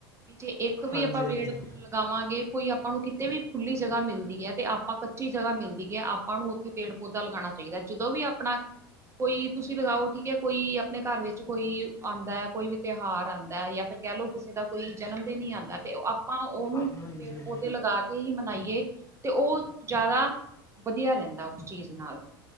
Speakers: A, on the right; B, on the left.
A: ਵੀ ਜੇ ਇੱਕ ਵੀ
B: ਹਾਂਜੀ
A: ਆਪਾਂ ਪੇੜ
B: ਹਾਂਜੀ
A: ਲਗਾਵਾਂਗੇ ਕੋਈ ਆਪ- ਆਪਾਂ ਨੂੰ ਕਿਤੇ ਵੀ ਖੁੱਲੀ ਜਗ੍ਹਾ ਮਿਲਦੀ ਏ ਤੇ ਆਪਾਂ ਕੱਚੀ ਜਗ੍ਹਾ ਮਿਲਦੀ ਹੈ ਆਪਾਂ ਨੂੰ ਉੱਥੇ ਪੇੜ- ਪੌਦਾ ਲਗਾਣਾ ਚਾਹੀਦਾ। ਜਦੋਂ ਵੀ ਆਪਣਾ ਕੋਈ ਤੁਸੀ ਲਗਾਓ ਠੀਕ ਏ। ਕੋਈ ਆਪਣੇ ਘਰ ਵਿੱਚ ਕੋਈ ਆਂਦਾ ਕੋਈ ਵੀ ਤਿਉਹਾਰ ਆਂਦਾ ਜਾਂ ਫਿਰ ਕਹਿ ਲਓ ਕਿਸੇ ਦਾ ਕੋਈ ਜਨਮ ਦਿਨ ਈ ਆਂਦਾ ਤੇ ਉਹ ਆਪਾਂ ਉਹਨੂੰ
B: ਹਾਂਜੀ
A: ਪੇੜ-ਪੌਦੇ ਲਗਾ ਕੇ ਇਹੀ ਮਨਾਈਏ ਤੇ ਉਹ ਜ਼ਿਆਦਾ ਵਧੀਆ ਰਹਿੰਦਾ ਉਸ ਚੀਜ਼ ਨਾਲ।